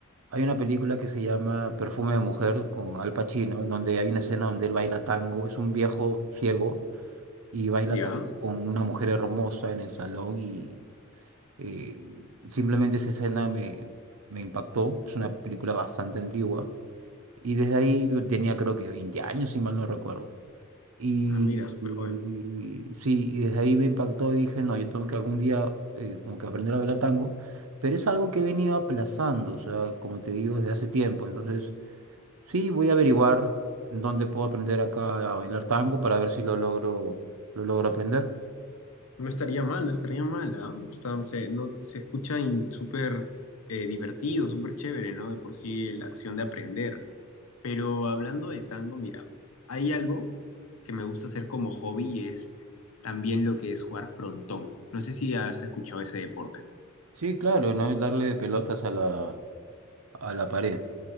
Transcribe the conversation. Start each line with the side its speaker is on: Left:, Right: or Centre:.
Right: hay una película que se llama Perfume de Mujer con Al Pacino, en donde hay una escena donde él baila tango, es un viejo ciego y baila
Left: Ya,
Right: tango con una mujer hermosa en el salón y eh, simplemente esa escena me, me impactó, es una película bastante antigua. Y desde ahí yo tenía creo que 20 años, si mal no recuerdo. Y,
Left: ah, mira, súper
Right: y-
Left: joven.
Right: sí, y desde ahí me impactó y dije, no, yo tengo que algún día eh, como que aprender a bailar tango, pero es algo que he venido aplazando, o sea, como te digo, desde hace tiempo. Entonces, sí, voy a averiguar en dónde puedo aprender acá a bailar tango para ver si lo logro, lo logro aprender.
Left: No estaría mal, no estaría mal, ¿ah? O sea, se, no, se escucha in- súper eh, divertido, súper chévere, ¿no? De por sí la acción de aprender. Pero hablando de tango, mira, hay algo que me gusta hacer como hobby y es también lo que es jugar frontón. No sé si has escuchado ese deporte.
Right: Sí, claro, no es darle de pelotas a la, a la pared.